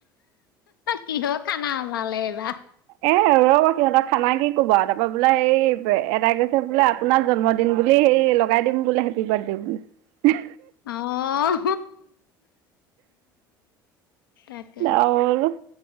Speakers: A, on the left; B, on the right.
A: কিহৰ খানা ওলালে এইবাৰ
B: এ ৰব সিহঁতৰ খানা কি কবা তাৰ পৰাা বোলে এই এটাই কৈছে বোলে আপোনাৰ জন্মিন দম বুলি সেই লগাই দিম বোলে হেপী বাৰ্থডে বুলি
A: আহ অ ত
B: ডাউল